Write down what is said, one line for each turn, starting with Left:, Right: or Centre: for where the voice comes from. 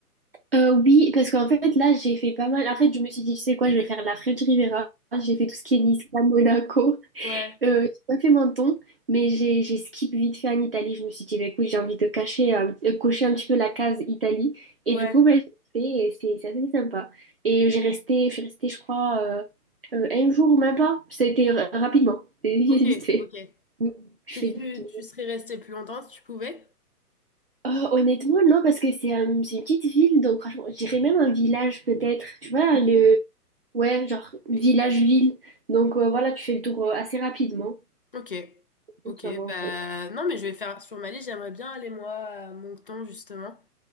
Right: Euh, oui, parce qu'en fait, là, j'ai fait pas mal. En fait, je me suis dit, tu sais quoi, je vais faire la French Riviera. J'ai fait tout ce qui est Nice, Monaco.
Left: Ouais,
Right: Euh, j'ai pas fait Menton, mais j'ai j'ai skip vite fait en Italie. Je me suis dit, bah, écoute, j'ai envie de cacher, un- euh, de cocher un petit peu la case Italie. Et
Left: ouais.
Right: du coup, bah, j'ai fait et c'est c'est assez sympa. Et j'ai resté, je suis restée, je crois, euh, euh, un jour, même pas. Ça a été ra- rapidement, c'est <laughs> vite
Left: Ok,
Right: fait.
Left: ok.
Right: Oui, Je
Left: Puis
Right: fais
Left: tu,
Right: du tout.
Left: tu serais resté plus longtemps si tu pouvais?
Right: Euh, honnêtement, non, parce que c'est un- c'est une petite ville, donc franchement, je dirais même un village peut-être. Tu vois,
Left: Ok.
Right: le... Ouais, genre village-ville. Donc euh, voilà, tu fais le tour euh, assez rapidement.
Left: Ok. Ok.
Right: Donc ça va, en
Left: Bah
Right: fait.
Left: non, mais je vais faire sur Mali, j'aimerais bien aller moi à Moncton justement.